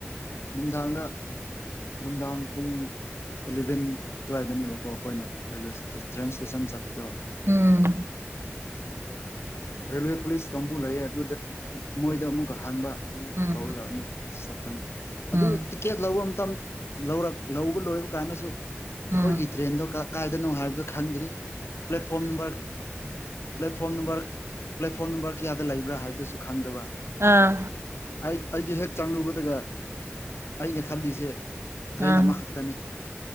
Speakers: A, on the left (about 65°); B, on the right (about 65°).
A: ꯅꯨꯡꯗꯥꯡꯗ ꯅꯨꯡꯗꯥꯡ ꯄꯨꯡ ꯑꯦꯂꯚꯦꯟ ꯑꯗꯨꯋꯥꯏꯗꯅꯦꯕꯀꯣ ꯑꯩꯈꯣꯏꯅ ꯔꯦꯜꯋꯦ ꯇ꯭ꯔꯦꯟ ꯏꯁꯇꯦꯁꯟ ꯆꯠꯄꯗꯣ
B: ꯎꯝ
A: ꯑꯗꯨꯗ ꯔꯦꯜꯋꯦ ꯄꯨꯂꯤꯁ ꯀꯥꯡꯕꯨ ꯂꯩꯌꯦ ꯑꯗꯨꯗ ꯃꯣꯏꯗ ꯑꯃꯨꯛꯀ ꯍꯪꯕ ꯑꯗꯨꯝ
B: ꯎꯝ
A: ꯇꯧꯔꯒ ꯑꯃꯨꯛ ꯆꯠꯄꯅꯤ ꯑꯗꯨ
B: ꯎꯝ
A: ꯇꯤꯛꯀꯦꯠ ꯂꯧꯕ ꯃꯇꯝꯇ ꯂꯧꯔꯛ ꯂꯧꯕ ꯂꯣꯏꯕ ꯀꯥꯏꯅꯁꯨ ꯑꯩꯈꯣꯏꯒꯤ
B: ꯎꯝ
A: ꯇ꯭ꯔꯦꯟꯗꯣ ꯀ ꯀꯥꯏꯗꯅꯣ ꯍꯥꯏꯕꯗꯨ ꯈꯪꯗ꯭ꯔꯤ platform number platform number platform number ꯀꯌꯥꯗ ꯂꯩꯕ꯭ꯔꯥ ꯍꯥꯏꯕꯗꯨꯁꯨ ꯈꯪꯗꯕ
B: ꯑꯥ
A: ꯑꯩꯗꯤ ꯍꯦꯛ ꯆꯪꯂꯨꯕꯗꯒ ꯑꯩꯅ ꯈꯜꯂꯤꯁꯦ ꯇ꯭ꯔꯦꯟ
B: ꯑꯥ
A: ꯑꯃꯈꯛꯇꯅꯤ